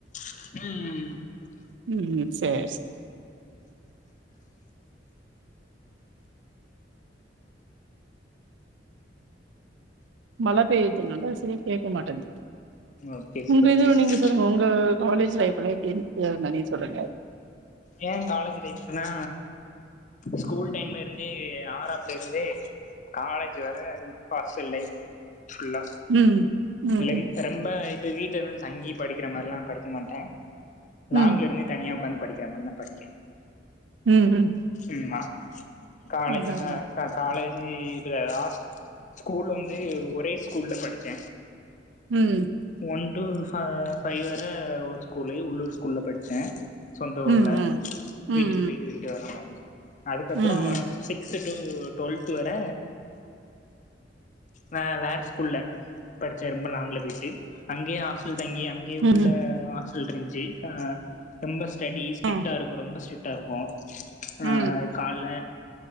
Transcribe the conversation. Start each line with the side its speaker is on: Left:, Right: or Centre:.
Left: ம்
Right: ம் சேர் சேர் மழ பெயதுனால சரியா கேக்க மாட்டன்து
Left: ஓகே சிஸ்டர்
Right: ஒங்க இது
Left: ஓகே சிஸ்டர்
Right: நீங்க சொல்லுங்க ஒங்க காலேஜ் லைஃப்லா எப்டி இர்ந்துது <unintelligible> சொல்லுங்க
Left: ஏ காலேஜ் லைஃப்னா ஸ்கூல் டைம்ல இருந்தே ஆறாப்லருந்தே காலேஜ் வர ஹாஸ்டல் லைஃப் ஃபுல்லா
Right: ம் ம்
Left: லெம் ரெம்ப இப்ப வீட்ல தா தங்கி படிக்கிற மாரில்லா படிக்க மாட்ட லாங்க்லருந்தே
Right: ம்
Left: தனியா ஒக்காந்து படிக்கிற மாரி தா படிக்க
Right: ம் ம்
Left: ம்மா காலஜ்
Right: அதா
Left: க
Right: அதா
Left: கா கால இ இதுல ஹாஸ் ஸ்கூல் வந்து ஒரே ஸ்கூல்ல படிச்ச
Right: ம்
Left: ஒன் டு ஃப ஃபைவ் வர ஒரு ஸ்கூலு உள்ளூர் ஸ்கூல்ல படிச்ச சொந்த ஊர்ல
Right: ம் ம் ம்
Left: வீட்டுக்கு பேய்ட்டு பேய்ட்டு வர்ர மாரி அதுக்கப்றோ
Right: ம் ம்
Left: சிக்ஸ்த்து டு டுவெல்த் வர வே வேற ஸ்கூல்ல படிச்ச ரொம்ப லாங்க்ல பேட்டு அங்கயு ஹாஸ்டல் தங்கி அங்கே
Right: ம்
Left: உள்ள ஆஸ்டல்ருந்துச்சு அ ரொம்ப ஸ்டடி ஸ்ட்ரிட்டாருக்கு
Right: ம் ம்
Left: ரொம்ப ஸ்ட்ரிட் டாருக்கு அ
Right: ம்
Left: கால்ல